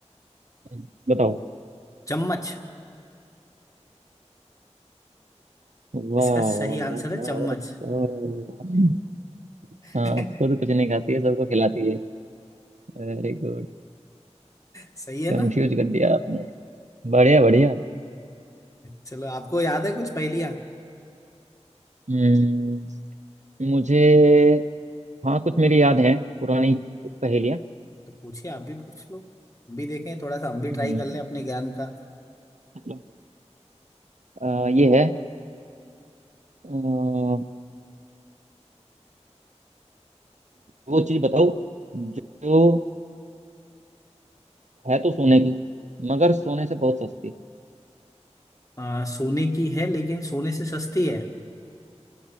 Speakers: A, on the right; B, on the left.
A: <laughs> बताओ
B: चम्मच
A: वाह
B: इसका सही
A: वाह
B: आंसर है
A: वाह
B: चम्मच
A: वाह वाह। हाँ
B: <laughs>
A: खुद कुछ नहीं खाती है सबको खिलाती है Very good
B: सही है
A: कंफ्यूज
B: ना
A: कर दिया आपने बढ़िया बढ़िया
B: चलो आपको याद है कुछ पहेलियां
A: हम्म, मुझे हाँ कुछ मेरी याद है पुरानी पहेलियाँ
B: तो पूछिए आप भी पूछ लो हम भी देखें थोड़ा सा हम भी ट्राई
A: हम्म,
B: कर लें अपने ज्ञान का
A: चलो। अ, ये है अ, वो चीज़ बताओ जो है तो सोने की मगर सोने से बहुत सस्ती
B: आ, सोने की है लेकिन सोने से सस्ती है